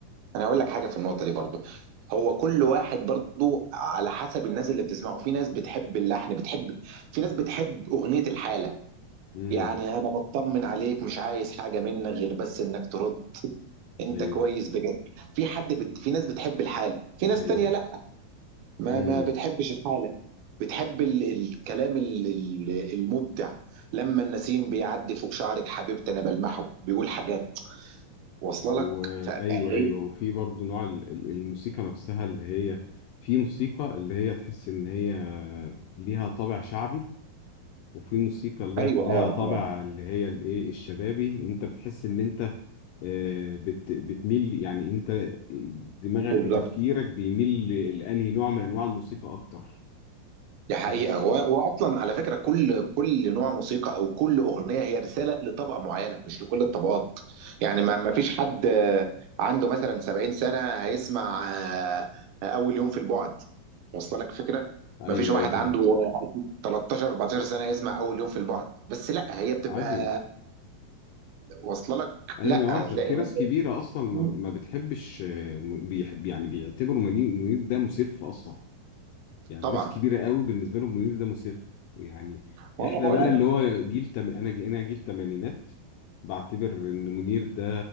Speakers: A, on the right; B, on the left.
A: انا هقول لك حاجه في النقطه دي برضو هو كل واحد برضو على حسب الناس اللي بتسمعه في ناس بتحب اللحن بتحب في ناس بتحب اغنيه الحاله
B: امم
A: يعني انا بطمن عليك مش عايز حاجه منك غير بس انك ترد انت
B: ايوه
A: كويس بجد في حد بت... في ناس بتحب الحاله في ناس
B: ايوه
A: تانية لا ما
B: امم
A: ما بتحبش الحاله بتحب ال... الكلام ال... ال- المبدع لما النسيم بيعدي فوق شعرك حبيبتي انا بلمحه بيقول حاجات واصله
B: وايوه
A: لك ف... فهي-
B: ايوه أيوه، وفي برضه نوع ال- ال- الموسيقى نفسها اللي هي في موسيقى اللي هي تحس ان هي ليها طابع شعبي وفي موسيقى اللي
A: ايوه
B: هي
A: اه
B: ليها طابع
A: اه
B: اللي هي الايه الشبابي ان انت بتحس ان انت آه، بت بتميل يعني انت دماغك
A: بالظبط
B: وتفكيرك بيميل لانهي نوع من انواع الموسيقى اكتر
A: دي حقيقة
B: بت...
A: و- وأصلا على فكرة كل كل نوع موسيقى أو كل أغنية هي رسالة لطبقة معينة مش لكل الطبقات يعني ما ما فيش حد آه، عنده مثلا 70 سنة هيسمع آه، آه، أول يوم في البعد واصله لك فكرة
B: ايوه
A: ما فيش واحد
B: ايوه فاهم
A: عنده 13 14 سنة يسمع أول يوم في البعد بس لا هي بتبقى
B: عادي
A: واصله لك
B: ايوه
A: لا
B: انا واصل
A: هتلاقي
B: في
A: مثلا
B: ناس كبيره اصلا ما,
A: مم،
B: ما بتحبش آه، م- بيحب يعني بيعتبروا منير منير ده مسف اصلا يعني
A: طبعا
B: الناس الكبيره قوي بالنسبه لهم منير ده مسف يعني
A: وأنا
B: احنا
A: بقول
B: بقى
A: لك
B: اللي هو جيل تم... انا ج- انا جيل تمانينات بعتبر ان منير ده